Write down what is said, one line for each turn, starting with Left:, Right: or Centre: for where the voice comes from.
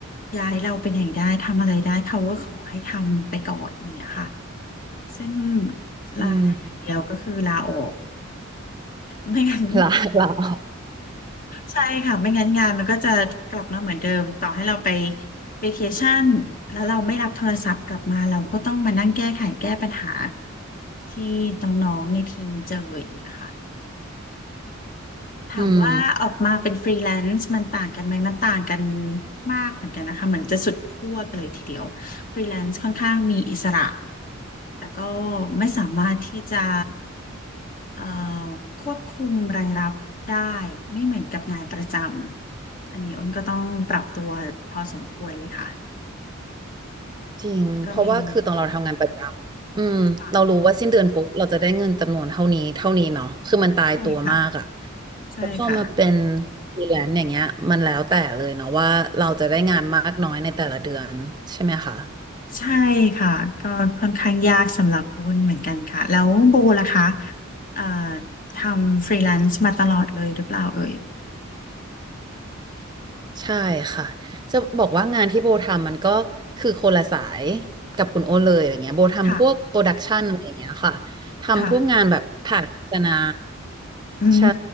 Left: ย้ายเราไปไหนได้ทำอะไรได้เขาก็ขอให้ทำไปก่อนอย่างเงี้ยค่ะซึ่งลาได้อย่างเดียวก็คือลาออก
Right: อืม
Left: ไม่งั้น
Right: หรอหรอ
Left: ใช่ค่ะไม่งั้นงานมันก็จะกลับมาเหมือนเดิมต่อให้เราไปเวเคชั่นแล้วเราไม่รับโทรศัพท์กลับมาเราก็ต้องมานั่งแก้ไขแก้ปัญหา ที่น้องๆในทีมเจออย่างเงี้ยค่ะถามว่าออกมาเป็นฟรีแลนซ์มันต่างกันไหมมันต่างกัน
Right: อืม
Left: มากเหมือนกันนะคะเหมือนจะสุดขั้วกันเลยทีเดียวฟรีแลนซ์ค่อนข้างมีอิสระแต่ก็ไม่สามารถที่จะเอ่อควบคุมรายรับได้ไม่เหมือนกับงานประจำอันนี้อ้นก็ต้องปรับตัวพอสมควรเลยค่ะ
Right: จริง
Left: ก็เป็น
Right: เพราะว่าคือตอนเราทำงานประจำอืมเรารู้ว่าสิ้นเดือนปุ๊บเราจะได้เงินจำนวนเท่านี้เท่านี้เนาะคือมันตายตัวมากอ่ะ
Left: ค่ะใช่ค่ะใช่ค่ะ
Right: พอมาเป็นฟรีแลนซ์อย่างเงี้ยมันแล้วแต่เลยเนาะว่าเราจะได้งานมากน้อยในแต่ละเดือนใช่ไหมคะ
Left: ใช่ค่ะก็ค่อนข้างยากสำหรับวุ้นเหมือนกันค่ะแล้วโบล่ะคะเอ่อทำฟรีแลนซ์มาตลอดเลยหรือเปล่าเอ่ย
Right: ใช่ค่ะ จะบอกว่างานที่โบทำมันก็คือคนละสายกับคุณโอตเลยอะไรเงี้ยโบทำพวกโปรดักชันอะไรเงี้ยค่ะทำพวกงานแบบถ่ายโฆษณา
Left: ค่ะค่ะอื
Right: ใช่